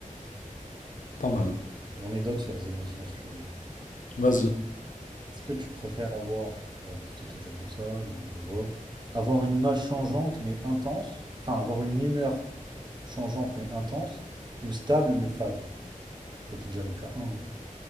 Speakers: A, on the left; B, on the right.
A: Pas mal.
B: J'en ai d'autres sur les émotions, si tu veux.
A: Vas-y.
B: Est-ce que tu préfères avoir... Bon, en plus, toi, t'es déjà comme ça, donc bon, bof. Avoir une image changeante, mais intense. Enfin, avoir une humeur changeante mais intense, ou stable mais fade? Toi, t'es déjà le cas 1.